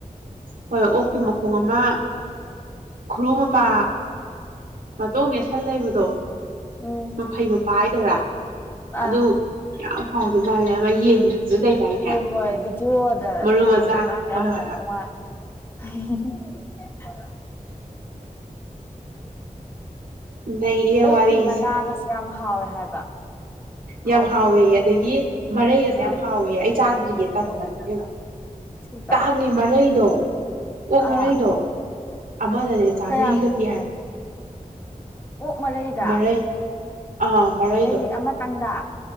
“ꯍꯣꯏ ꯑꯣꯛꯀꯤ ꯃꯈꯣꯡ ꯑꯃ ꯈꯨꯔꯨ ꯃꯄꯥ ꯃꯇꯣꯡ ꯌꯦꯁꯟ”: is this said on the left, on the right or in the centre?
Right